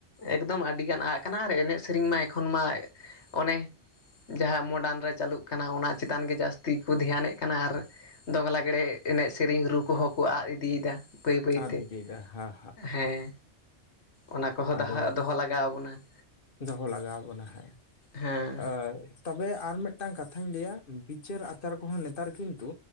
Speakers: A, on the left; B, on the left.
A: ᱮᱠᱫᱚᱢ ᱟᱹᱰᱤᱜᱟᱱ ᱟᱫ ᱟᱠᱟᱱᱟ ᱟᱨ ᱮᱱᱮᱡ ᱥᱮᱨᱮᱧ ᱢᱟ ᱮᱠᱷᱚᱱ ᱢᱟ ᱚᱱᱮ ᱡᱟᱦᱟᱸ ᱢᱚᱰᱟᱨᱱ ᱨᱮ ᱪᱟᱹᱞᱩᱜ ᱠᱟᱱᱟ ᱚᱱᱟ ᱪᱮᱛᱟᱱ ᱜᱮ ᱡᱟᱹᱥᱛᱤ ᱠᱚ ᱫᱷᱮᱭᱟᱱᱮᱫ ᱠᱟᱱᱟ ᱟᱨ ᱫᱚᱝ ᱞᱟᱜᱽᱲᱮ ᱮᱱᱮᱡ ᱥᱮᱨᱮᱧ ᱨᱩ ᱠᱚᱦᱚᱸ ᱠᱚ ᱟᱫ ᱤᱫᱤᱭᱮᱫᱟ ᱵᱟᱹᱭ ᱵᱟᱹᱭᱛᱮ
B: ᱟᱫ ᱤᱫᱤᱭᱮᱫᱟ ᱦᱮᱸ
A: ᱾ <inaudible> ᱦᱮᱸ ᱚᱱᱟ ᱠᱚᱦᱚᱸ
B: ᱟᱫᱚ
A: ᱫᱟᱦᱚ ᱫᱚᱦᱚ ᱞᱟᱜᱟᱣ ᱟᱵᱚᱱᱟ ᱾
B: ᱫᱚᱦᱚ ᱞᱟᱜᱟᱣ ᱟᱵᱚᱱᱟ ᱦᱮᱸ ᱾
A: ᱦᱮᱸ
B: <inaudible> ᱟᱨ ᱛᱚᱵᱮ ᱟᱨ ᱢᱤᱫᱴᱟᱝ ᱠᱟᱛᱷᱟᱧ ᱞᱟᱹᱭᱟ ᱵᱤᱪᱟᱹᱨ ᱟᱪᱟᱨ ᱠᱚᱦᱚᱸ ᱱᱮᱛᱟᱨ ᱠᱤᱱᱛᱩ